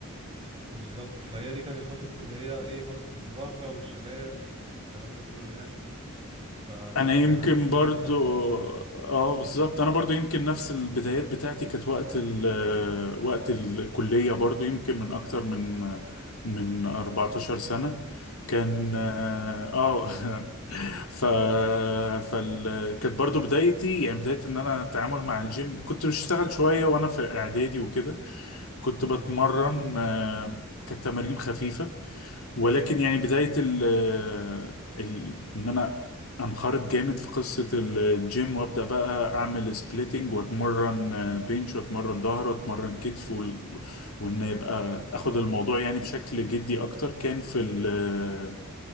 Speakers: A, on the right; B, on the left.
A: بالظبط فهي دي كانت فترة اللي هي ايه فترة المراهقة والشباب والكلام ده كله يعني فالواحد
B: انا يمكن
A: كان عايز
B: برضو
A: يوصل بأوصل فترة
B: اه بالظبط انا برضو يمكن نفس البدايات بتاعتي كانت وقت ال آه، وقت الكلية برضو يمكن من اكتر من من 14 سنة كان
A: يا
B: اه <laughs> ف فال كانت برضو بدايتي يعني بداية ان انا اتعامل مع الجيم كنت بشتغل شوية وانا في اعدادي وكده كنت بتمرن
A: مم.
B: آه، كانت تمارين خفيفة ولكن يعني بداية ال آه، ال- إن أنا أنخرط جامد في قصة ال- الجيم وأبدأ بقى أعمل سبليتنج وأتمرن آه، بنش وأتمرن ظهر وأتمرن كتف وال- وإن يبقى أخد الموضوع يعني بشكل جدي أكتر كان في ال آه،